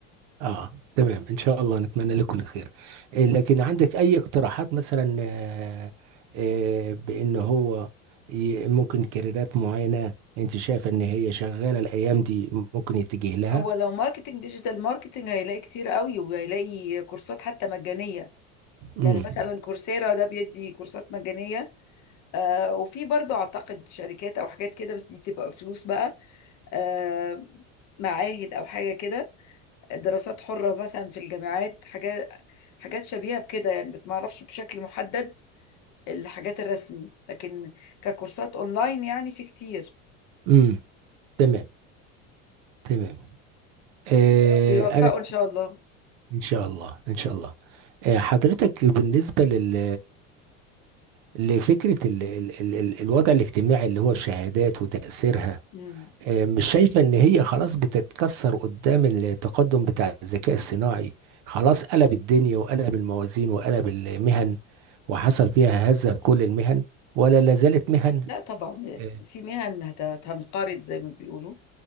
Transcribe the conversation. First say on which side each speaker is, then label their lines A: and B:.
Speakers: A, on the right; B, on the left.
A: اه تمام ان شاء الله نتمنى لك كل خير آه، لكن عندك اي اقتراحات مثلا آه، آه، بان هو ي- ممكن كاريرات معينة انت شايفة ان هي شغالة الايام دي ممكن يتجه لها
B: هو لو ماركتنج ديجيتال ماركتنج هيلاقي كتير قوي وهيلاقي كورسات حتى مجانيه يعني
A: امم
B: مثلا كورسيرا ده بيدي كورسات مجانيه آه وفي برضو اعتقد شركات او حاجات كده بس دي تبقى فلوس بقى آه معاهد او حاجه كده دراسات حره مثلا في الجامعات حاجات حاجات شبيهه بكده يعني بس ما اعرفش بشكل محدد الحاجات الرسمي لكن ككورسات اونلاين يعني في كتير
A: امم تمام تمام آه
B: بيوفقوا
A: انا
B: ان شاء الله
A: ان شاء الله ان شاء الله آه حضرتك بالنسبه لل لفكرة ال ال ال ال الوضع الاجتماعي اللي هو الشهادات وتأثيرها
B: مم.
A: آه، مش شايفة ان هي خلاص بتتكسر قدام التقدم بتاع الذكاء الصناعي خلاص قلب الدنيا وقلب الموازين وقلب المهن وحصل فيها هزة في كل المهن ولا لازالت مهن
B: لا طبعا
A: إيه.
B: في مهن هت- هتنقرض زي ما بيقولوا